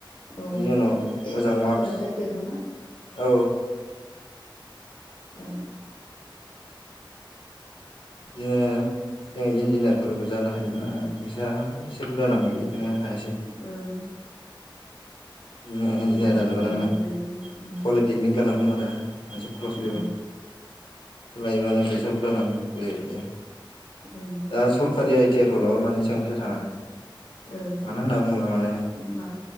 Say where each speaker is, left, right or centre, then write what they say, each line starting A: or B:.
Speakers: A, on the left; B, on the left.
A: औ
B: बेनि उनाव
A: स्टेन'ग्राफाराबो
B: मोजां मार्कस
A: आइ टि आव दंना?
B: औ
A: औ
B: बिदिनो इन्जिनियारफोरबो जानो हायोमोन आं फैसा एसे बुरजा नांगौलै हायासै
A: ओं
B: इन्जिनियार
A: फैसा
B: जानोबो
A: बुरजा
B: नङा
A: नांगौ जायो उम
B: पलिटेकनिक जानांगौमोन आरो मोनसे खरस बेबो
A: औ
B: लायोब्लानो फैसा बुरजा नां बुरजाय नांगौगैया
A: ओं
B: दा सरखारि आइटि आइफ्राव लाबा माने एसेबां फैसा थाङा
A: ओ
B: मानो होन्ना बुंङोला माने
A: माब